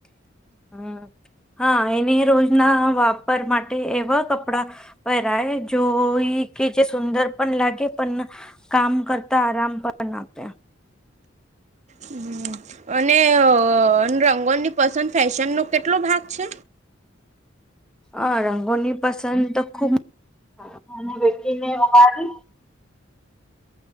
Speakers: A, on the right (about 35°); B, in the centre.
A: <inaudible>
B: હમ. હા એને રોજના વાપર માટે એવા કપડા <inaudible> જોઈ કે જે સુંદર પણ લાગે પણ કામ કરતા આરામ પણ આપ્યા
A: હમ <unintelligible> અને રંગોની પસંદ ફેશન નો કેટલો ભાગ છે
B: અ રંગોની પસંદ તો ખુબ <unintelligible>